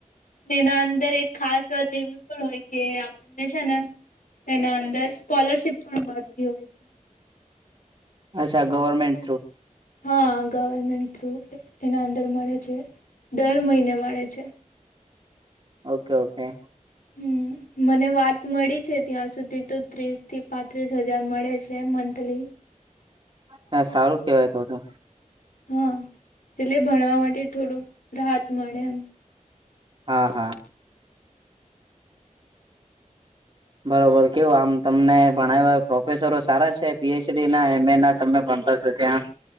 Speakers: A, on the left; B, on the right.
A: ને એના અંદર એક ખાસ વાત એવી પણ હોય કે આપણને છે ને એના અંદર સ્કોલરશીપ પણ મળતી હોય છે.
B: અચ્છા ગવર્મેન્ટ થ્રુ.
A: હા ગવર્મેન્ટ થ્રુ એના અંદર મળે છે દર મહિને મળે છે.
B: Okay okay.
A: હમ મને વાત મળી છે ત્યાં સુધી તો ત્રીસથી પાંત્રીસ હજાર મળે છે મંથલી.
B: હા સારું કેવાય તો તો.
A: હા એટલે ભણવા માટે થોડુંક રાહત મળે એમ.
B: હા હા. બરોબર કેવું આમ તમને ભણાવ પ્રોફેસરો સારા છે પીએચડી ના એમ એ ના તમે ભણતા ત્યાં.